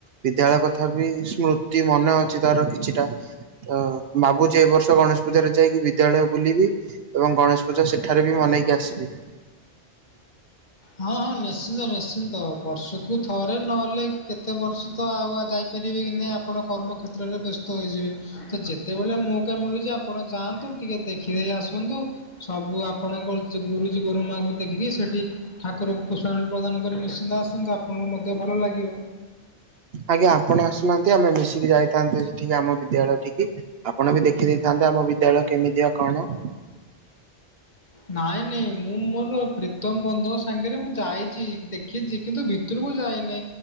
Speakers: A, on the right; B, on the left.
A: ବିଦ୍ୟାଳୟ କଥା ବି ସ୍ମୃତି ମନେ ଅଛି ତାର କିଛିଟା ଅ ଭାବୁଚି ଏ ବର୍ଷ ଗଣେଶ ପୂଜାରେ ଯାଇକି ବିଦ୍ୟାଳୟ ବୁଲିବି। ଏବଂ ଗଣେଶ ପୂଜା ସେଠାରେ ବି ମନେଇକି ଆସିବି।
B: ହଁ ହଁ ନିଶ୍ଚିନ୍ତ ନିଶ୍ଚିନ୍ତ ବର୍ଷକୁ ଥରେ ନହେଲେ କେତେ ବର୍ଷ ତ ଆଉ ଯାଇ ପାରିବେ କି ନାହିଁ ଆପଣ କର୍ମ କ୍ଷେତ୍ରରେ ବ୍ୟସ୍ତ ହୋଇଯିବେ। ତ ଯେତେବେଳେ ମଉକା ମିଳୁଚି ଆପଣ ଯାଆନ୍ତୁ। ଟିକେ ଦେଖିଦେଇ ଆସନ୍ତୁ ସବୁ ଆପଣଙ୍କ ଗୁରୁଜୀ ଗୁରୁମାଙ୍କୁ ଦେଖିକି ସେଟି ଠାକୁରଙ୍କୁ ପୁଷ୍ପାଞ୍ଜଳି ପ୍ରଦାନ କରି ନିଶ୍ଚିନ୍ତ ଆସନ୍ତୁ ଆପଣଙ୍କୁ ମଧ୍ୟ ଭଲ ଲାଗିବ।
A: ଆଜ୍ଞା ଆପଣ ଆସୁନାହାଁନ୍ତି ଆମେ ମିଶିକି ଯାଇଥାନ୍ତେ ସେଠିକି ଆମ ବିଦ୍ୟାଳୟ ଠିକି। ଆପଣ ବି ଦେଖିଦେଇଥାନ୍ତେ ଆମ ବିଦ୍ୟାଳୟ କେମିତିଆ କଣ।
B: ନାଇଁ ନାଇଁ ମୁଁ ମୋର ପ୍ରୀତମ ବନ୍ଧୁଙ୍କ ସାଙ୍ଗରେ ମୁଁ ଯାଇଚି ଦେଖିଚି କିନ୍ତୁ ଭିତୁରୁକୁ ଯାଇନି।